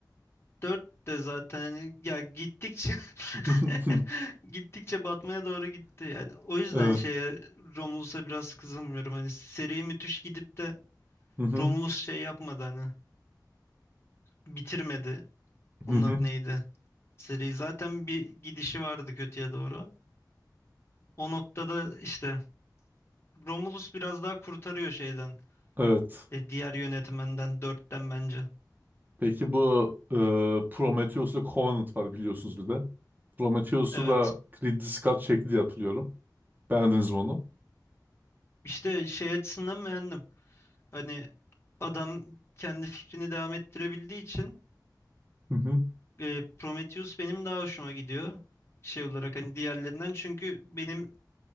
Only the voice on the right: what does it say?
<laughs>
Evet.
Hı hı.
Hı hı.
Evet.
Peki bu e, Prometheus'la Covenant var biliyorsunuz bir de. Prometheus'u
da Ridley Scott çekti diye hatırlıyorum. Beğendiniz mi onu?
Hı hı.